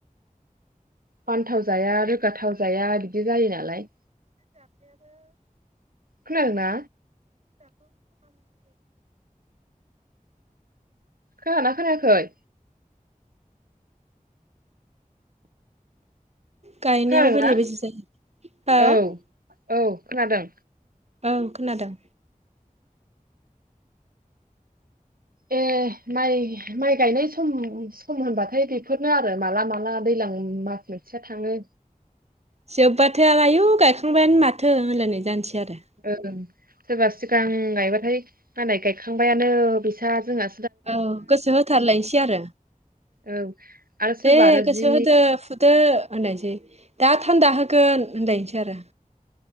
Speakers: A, on the right; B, on the right.
A: फानथाव जाया रोगाथाव जाया बिदि जायो नालाय।
B: <unintelligible>
A: खोनादोंना।
B: <inaudible>
A: खोनादोंना खोनायाखै।
B: गायनायाव
A: खोनादोंना
B: बेले बेजे जायो ह।
A: औ औ खोनादों।
B: ओं खोनादों।
A: ए माइ माइ गायनाय सम सम होनबाथाय बेफोरनो आरो माला माला। दैजलां मास मोनसेया थाङो।
B: जोब्बाथायो आयु गायखांबायानो माथो होनलायनाय जानोसै आरो
A: ओं सोरबा सिगां गायबाथाय मालाय गायखांबायानो बिसा जोंहा
B: औ गोसो होथारलायसै आरो
A: औ आरो सोरबा
B: दे
A: आरो
B: गोसो
A: जि
B: होदो फुदो होनायनोसै द थान्दा होगोन होनलायनोसै आरो